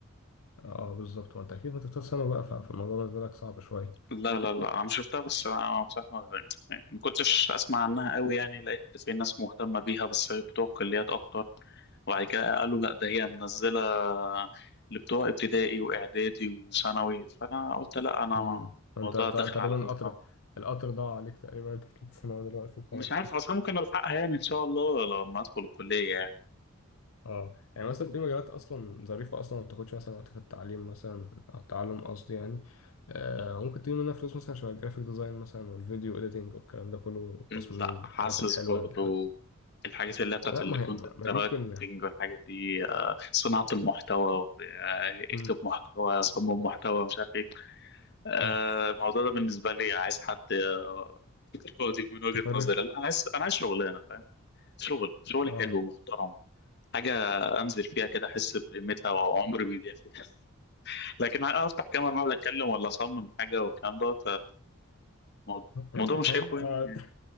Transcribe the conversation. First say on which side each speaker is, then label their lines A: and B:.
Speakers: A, on the left; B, on the left.
A: اه بالظبط وانت اكيد ما تفتح سنة بقى ف- فالموضوع بالنسبة لك صعب شوية
B: لا لا لا انا شفتها بس انا بصراحه يعني ما كنتش اسمع عنها قوي يعني لقيت في ناس مهتمه بيها بس بتوع الكليات اكتر وبعد كده قالوا لا ده هي منزله اللي بتوع ابتدائي واعدادي وثانوي فانا قلت لا انا
A: امم انت
B: الموضوع
A: ت-
B: داخل
A: تقريبا
B: على
A: القطر
B: ثالثه
A: القطر ضاع عليك تقريبا انت في ثالث ثانوي دلوقتي وخلاص
B: مش عارف
A: كده
B: اصلا ممكن الحقها يعني ان شاء الله لما ادخل الكليه يعني
A: اه يعني مثلا في مجالات اصلا ظريفه اصلا ما بتاخدش مثلا وقت في التعليم مثلا او التعلم قصدي يعني آه ممكن تجيب منها فلوس مثلا شبه الجرافيك ديزاين مثلا والفيديو اديتنج والكلام ده كله والتصميم
B: لا حاسس
A: والحاجات الحلوه
B: برضو
A: اللي حاجات
B: الحاجات اللي هي بتاعت
A: لا
B: الكونتنت
A: ما هي ما
B: رايتنج
A: هي ممكن
B: والحاجات دي آه، صناعه المحتوى و- آه، اكتب
A: مم.
B: محتوى صمم محتوى مش عارف ايه آه،
A: مم.
B: الموضوع ده بالنسبه لي عايز حد آه، فاضي من وجهه
A: تفرغ
B: نظري لا انا عايز انا عايز شغلانه فاهم شغل شغل
A: اه
B: حلو ومحترم حاجه انزل فيها كده احس بقيمتها وعمري بيضيع فيها <laughs> لكن هقعد افتح كاميرا واقعد اتكلم ولا اصمم حاجه والكلام ده الموضوع
A: <laughs>
B: الموضوع مش شايفه
A: آه،
B: يعني